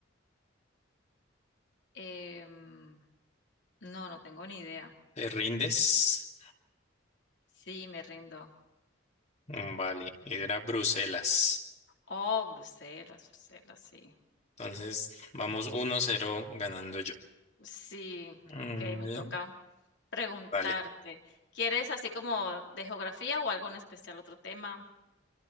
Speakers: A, on the left; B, on the left.
A: Em, no, no tengo ni idea.
B: ¿Te rindes?
A: Sí, me rindo.
B: Mm, Vale, era Bruselas.
A: Oh, Bruselas, Bruselas, sí.
B: Entonces, vamos uno cero ganando yo.
A: Sí,
B: Mm,
A: okey, me
B: Muy
A: toca
B: bien.
A: preguntarte.
B: Vale,
A: ¿Quieres así como de geografía o algo en especial, otro tema?